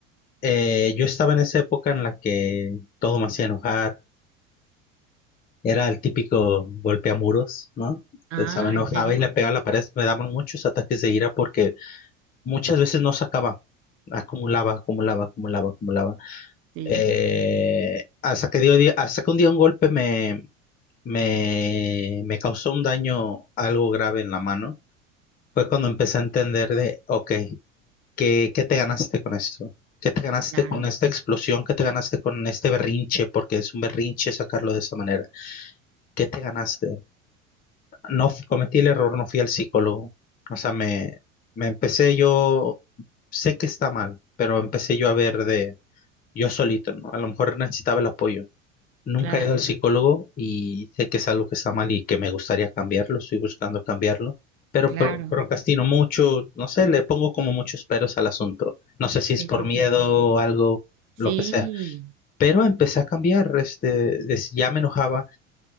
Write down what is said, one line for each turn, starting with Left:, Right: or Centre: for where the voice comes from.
Left: Eh, yo estaba en esa época en la que todo me hacía enojar. Era el típico golpeamuros, ¿no?
Right: Ah,
Left: O sea, me enojaba
Right: ¿en serio?
Left: y le pegaba a la pared. Me daban muchos ataques de ira porque muchas veces no sacaba. Acumulaba, acumulaba, acumulaba, acumulaba.
Right: Sí,
Left: Eh, hasta que dio día- hasta que un día un golpe me, me, me causó un daño algo grave en la mano. Fue cuando empecé a entender de, ok, ¿qué, qué te ganaste con esto? ¿Qué te ganaste
Right: claro,
Left: con esta explosión? ¿Qué te ganaste con este berrinche? Porque es un berrinche sacarlo de esa manera. ¿Qué te ganaste? No f- cometí el error, no fui al psicólogo. O sea, me, me empecé yo, sé que está mal, pero empecé yo a ver de yo solito, ¿no? A lo mejor necesitaba el apoyo. Nunca
Right: claro,
Left: he ido al psicólogo y sé que es algo que está mal y que me gustaría cambiarlo, estoy buscando cambiarlo, pero
Right: claro.
Left: pro- procrastino mucho, no sé, le pongo como muchos peros al asunto. No sé si
Right: Sí,
Left: es por
Right: sí,
Left: miedo
Right: sí, sí. Sí,
Left: o algo, lo
Right: Sí.
Left: que sea. Pero empecé a cambiar, este, des- ya me enojaba